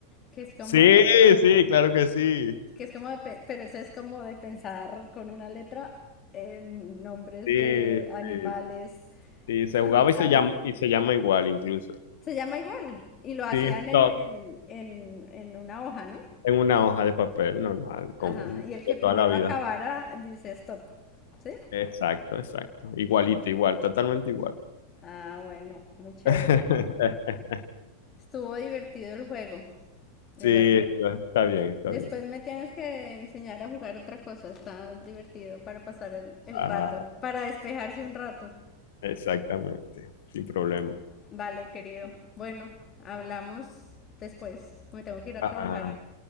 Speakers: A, on the left (about 30°); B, on the left (about 55°).
A: que es como
B: Sí,
A: de
B: sí, claro que sí.
A: que es como de, pe- pero eso es como de pensar con una letra en nombres
B: Sí,
A: de animales,
B: sí, sí, se
A: frutas.
B: jugaba y se llama, y se llama igual incluso.
A: Se llama igual y lo hacían
B: Sí,
A: en,
B: stop,
A: en, en, en una hoja, ¿no?
B: en una hoja de papel normal, común,
A: Ajá. Y el que
B: de
A: primero
B: toda la vida.
A: acabara dice stop. ¿Sí?
B: Exacto, exacto. Igualito, igual, totalmente igual.
A: Ah, bueno, muy chévere.
B: <laughs>
A: Estuvo divertido el juego, Eduardo.
B: Sí, está, está bien, está
A: Después
B: bien.
A: me tienes que enseñar a jugar otra cosa, está divertido para pasar el, el
B: Ah,
A: rato, para despejarse un rato.
B: exactamente, sin problema.
A: Vale, querido. Bueno, hablamos después. Me tengo que ir a
B: Ah,
A: trabajar.